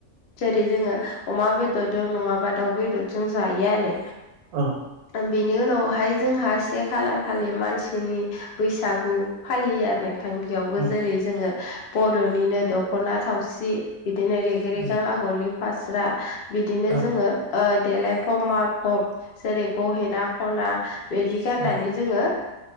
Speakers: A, on the left; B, on the right.
A: जेरै जोङो अमा बेदरदों नङा बा दाउ बेदरजों जायो आरो
B: औ
A: बेनि उनावहाय जोंहा से खालार खालि मानसिनि बैसागु फालियो आरो थां बियावबो
B: औ
A: जेरै जोङो बर'निनो दख'ना थावसि बिदिनो रे गे रेगां
B: औ
A: आगरनि फास्रा बिदिनो
B: औ
A: जोङो ओ देलायफब माफब जेरै गहेना खना बिदि गाननानै
B: औ
A: जोङो